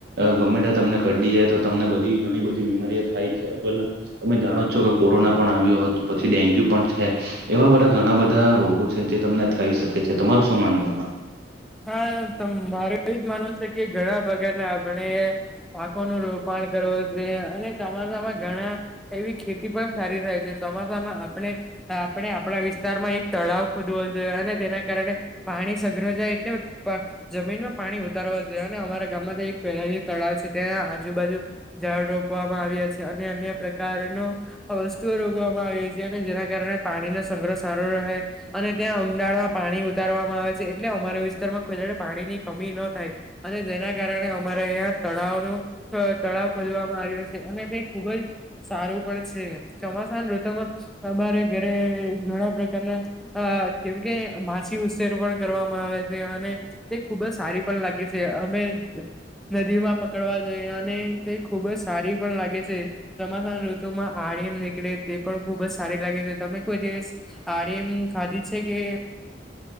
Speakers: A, on the right; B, in the centre.
A: ગમેતા તમને કડી જાય તો તમને બધી ઘણી બધી બીમારીઓ થાય છે. પેલા તમે જાણો છો કે કોરોના પણ આવ્યો હતો. પછી ડેન્ગ્યુ પણ છે. એવા બધા ઘણા બધા રોગો છે. જે તમને થઈ શકે છે. તમારું શું માનવું એમાં?
B: હા મારે એજ માનવું છે કે ઘણા પ્રકારને આપણે પાકોનું રોપણ કરવો જોએ. અને ચોમાસામાં ઘણા એવી ખેતી પણ સારી રહેાય છે. ચોમાસામાં આપણે આપણે આપણા વિસ્તાર માં એક તળાવ ખોદવો જોઈએ. અને તેના કારણે પાણી સઘ્ર જાય. <unintelligible> જમીનમાં પાણી વ તરવા અને અમારા ગામમાં તો એક પહેલા તળાવ છે. ત્યાં આજુબાજુ ઝાડ રોપવામાં આવ્યા છે. અને અન્ય પ્રકારનું આ વસ્તુઓ રોકવામાં આવી છે. અને જેના કારણે પાણીનો સંગ્રહ સારો રહે. અને ત્યાં ઊંડાણમાં પાણી ઉતારવામાં આવે છે. એટલે અમારા વિસ્તારમાં કોઈ ડાલા પાણીની કમી ન થાય. અને જેના કારણે અમારે અહં તળાવનું. તળાવ ખોલવામાં આવ્યો છે. અને તે ખુબ જ સારું પણ છે. ચોમાસા ની ઋતમાં અમારે ઘરે ઘણા પ્રકારના અ કેમકે માછી ઉછેર પણ કરવામાં આવે. અને તે ખુબ જ સારી પણ લાગે છે. અમે નદી માં પકડવા જઈ અને તે ખુબ જ સારી પણ લાગે છે. ચમાસાના ઋતુમાં આરિમ એમ નીકળે તે પણ ખુબ જ સારી લાગે છે. તમે કોઈ દિવસ આડીમ ખાધી છે કે